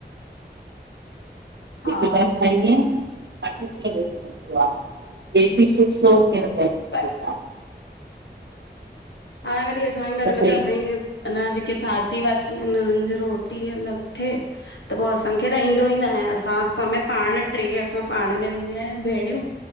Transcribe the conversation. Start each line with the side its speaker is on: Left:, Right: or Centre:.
Right: <unintelligible>
Left: हा
Right: <unintelligible>
Left: पर ऐं वरी असांजे घर
Right: तो सही
Left: में त असांजी, अञां जेके चाची वाची आहिनि हिननि जे रो टी अलग थे त पोइ असांखे ईंदो ई न आहे। असां असां में पाण ट्रे असां पाण में रहंदी आहियूं भेणियूं